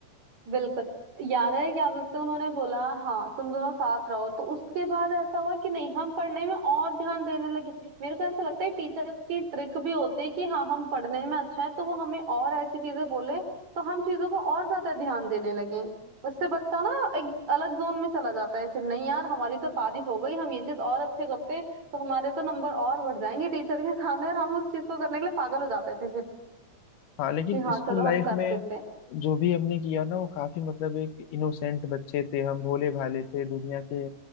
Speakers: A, on the right; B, on the left.
A: बिल्कुल याद है क्या बोलते हैं, उन्होंने बोला हाँ तुम दोनों साथ रहो तो उसके बाद ऐसा हुआ कि नहीं हम पढ़ने में और ध्यान देने लगे मेरे को ऐसा लगता है टीचर्स की ट्रिक भी होती है कि हाँ हम पढ़ने में अच्छा है तो वो हमें और ऐसी चीजें बोले तो हम चीजों को और ज्यादा ध्यान देने लगे उससे बच्चा ना एक अलग जोन में चला जाता है फिर नहीं यार हमारी तो तारीफ हो गई हम ये चीज और अच्छे करते हैं तो हमारे तो नंबर और बढ़ जाएंगे टीचर के सामने और हम उस चीज को करने के लिए पागल हो जाते थे फिर
B: हाँ लेकिन
A: कि हाँ
B: स्कूल
A: चलो
B: लाइफ
A: हम कर
B: में
A: देते हैं
B: जो भी हमने किया ना वो काफी मतलब एक इनोसेंट बच्चे थे हम भोले भाले थे दुनिया के